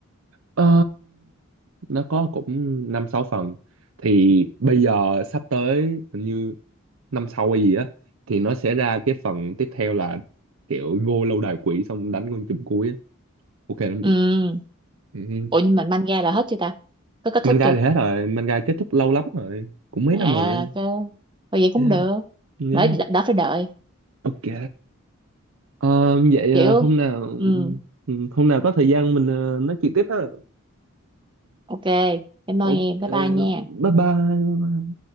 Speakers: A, on the right; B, on the right.
A: Ờ, nó có cũng năm sáu phần thì bây giờ sắp tới hình như năm sau hay gì á thì nó sẽ ra cái phần tiếp theo là kiểu vô lâu đài quỷ xong đánh con chùm cuối á. ok lắm
B: ừ
A: chị ừ.
B: ủa nhưng mà manga là hết chưa ta có kết
A: manga
B: thúc chưa
A: thì hết rồi manga kết thúc lâu lắm rồi cũng mấy năm
B: à
A: rồi
B: cơ vậy cũng
A: yeah,
B: được
A: yeah.
B: đợi đã phải đợi
A: ok Ờ, vậy
B: kiểu
A: ờ, hôm nào
B: ừ
A: ừ, hôm nào có thời gian mình ờ, nói chuyện tiếp ha <clears throat>
B: ok cảm ơn em
A: ok
B: bye bye nha
A: bye bye